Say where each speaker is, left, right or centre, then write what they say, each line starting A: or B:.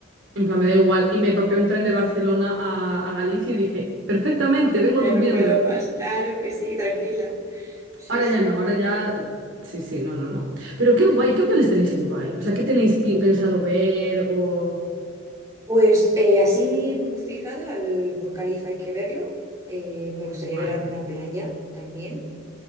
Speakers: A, on the right (about 70°); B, on the right (about 15°).
A: En plan, me da igual. Y me papé un tren de Barcelona a, a Galicia y dije, perfectamente, vengo
B: Ya
A: durmiendo.
B: no puedo más, claro que sí, tranquila. Sí,
A: Ahora
B: sí.
A: ya no, ahora ya. Sí, sí, no, no, no. Pero qué guay, ¿qué planes tenéis en Dubái? O sea, ¿qué tenéis pi- pensado ver o...?
B: Pues eh, así mm, fijado al Burj Khalifa hay que verlo. Eh, me gustaría
A: Guay.
B: ver alguna playa también